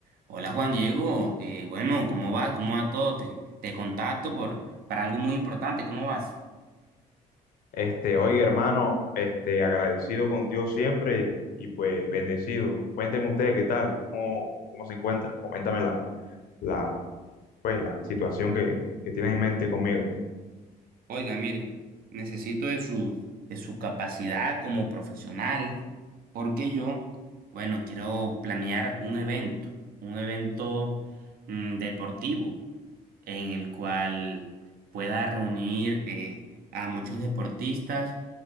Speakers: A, on the right; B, on the left.
A: Hola Juan Diego, Eh, bueno, ¿cómo vas? ¿Cómo va todo? Te, te contacto por, para algo muy importante, ¿cómo vas?
B: Este, oiga, hermano, este, agradecido con Dios siempre y pues bendecido. Cuénteme usted qué tal, cómo, cómo se encuentra. Coméntame la, la, pues, la situación que, que tienes en mente conmigo.
A: Oiga, mire, necesito de su, de su capacidad como profesional, porque yo, bueno, quiero planear un evento, un evento mm, deportivo, en el cual pueda reunir eh, a muchos deportistas